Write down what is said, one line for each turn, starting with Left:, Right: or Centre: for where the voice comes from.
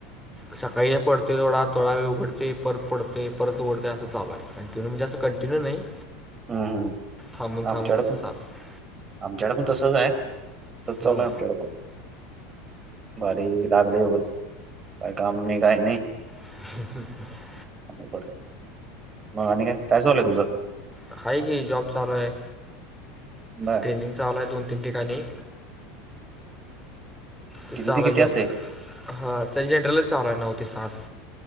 Centre: सकाळी पडते थोडा थोडा वेळ उघडते परत पडते परत उघडते असं चाललं आहे आणि ति म्हणजे असं कंटिन्यू नाही
Right: हम्म
Centre: थांबून
Right: हम्
Centre: थांबून
Right: आ चढ
Centre: असं
Right: पण
Centre: चालू
Right: आमच्याकडे पण तसच आहे तसच चालय
Centre: हां
Right: आमच्याकडे पण भारी लागले उगस काय काम नाही काही नाही
Centre: ह ह
Right: क मग आणि काय काय ऊलंय तुझं
Centre: काा की जॉब चालू आहे
Right: बर
Centre: ट्रेनंग चा आला आहे दोन तीन ठिकाणी ते
Right: किती
Centre: चालला
Right: किती
Centre: जॉबचं
Right: असते
Centre: हा स जनरलच चालला आहे नव्ह ते सास